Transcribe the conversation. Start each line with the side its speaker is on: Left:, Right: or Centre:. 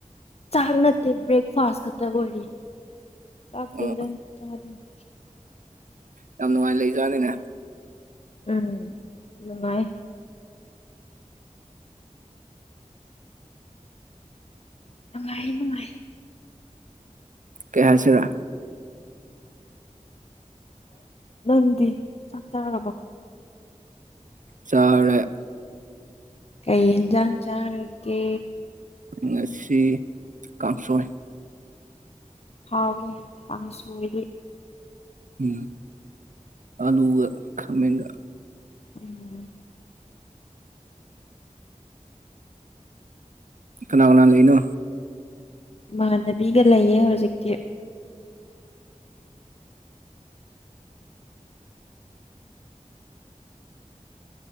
Left: ꯆꯥꯛ ꯅꯠꯇꯦ ꯕ꯭ꯔꯦꯛꯐꯥꯁ ꯈꯛꯇ ꯑꯣꯏꯔꯤ ꯆꯥꯛꯇꯤ
Right: ꯑꯣ
Left: ꯍꯔꯦꯟ ꯆꯅꯤ <inaudible>
Right: ꯌꯥꯝ ꯅꯨꯡꯉꯥꯏ ꯂꯩ ꯖꯥꯅꯤꯅꯦ
Left: ꯎꯝ ꯅꯨꯡꯉꯥꯏ ꯅꯨꯡꯉꯥꯏ ꯅꯨꯡꯉꯥꯏ
Right: ꯀꯩ ꯍꯥꯏꯁꯤꯔ
Left: ꯅꯪꯗꯤ ꯆꯥꯛ ꯆꯥꯔꯕꯣ
Right: ꯆꯥꯔꯦ
Left: ꯀꯩ ꯏꯟꯖꯥꯡ ꯆꯔꯥ ꯒꯦ
Right: ꯉꯁꯤ ꯀꯥꯡꯁꯣꯏ
Left: ꯍꯥꯎꯋꯦ ꯀꯥꯡꯁꯣꯏꯗꯤ
Right: ꯎꯝ ꯑꯂꯨꯒ ꯈꯥꯃꯦꯟꯒ
Left: ꯎꯝ
Right: ꯀꯅꯥ ꯀꯅꯥ ꯂꯩꯅꯣ
Left: ꯏꯃꯥꯟꯅꯕꯤꯒ ꯂꯩꯌꯦ ꯍꯧꯖꯤꯛꯇꯤ